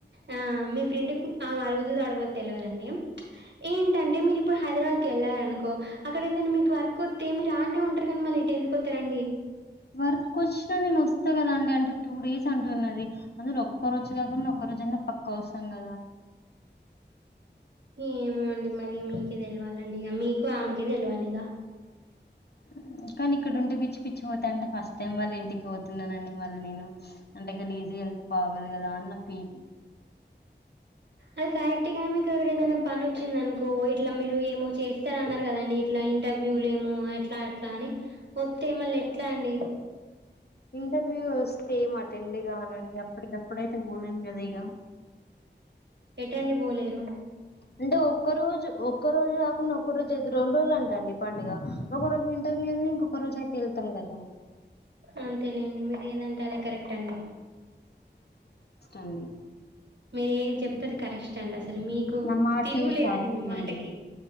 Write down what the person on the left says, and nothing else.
వర్క్ వచ్చినా నేను వస్తా కదా అండి అంటే టూ డేస్ అంటున్నది అందులో ఒక్క రోజు కాకుండా ఒక్క రోజు ఎన్న పక్క వస్తాం కదా
మ్ కానీ ఇక్కడ ఉంటే పిచ్చి పిచ్చి పోతా అంటే ఫస్ట్ టైమ్ వాళ్ళ ఇంటికి పోతున్నానండి మళ్ళీ నేను అంటే గలీజ్ వెళ్తే బాగోదు కదా అని నా ఫీలింగ్
ఇంటర్వ్యూ వస్తే ఏం అటెండ్ కానండి అప్పటికప్పుడైతే లేదు కదా ఇక
అంటే ఒక్క రోజు ఒక్క రోజు కాకుండా ఒక్క రోజు ఐతే రెండు రోజులు అంటండి పండుగ ఒక రోజు ఇంటర్వ్యూ వుంది ఇంకొక రోజు అయితే వెళ్తాం కదా
అన్ని
నా మాటే
శాసనం
అండి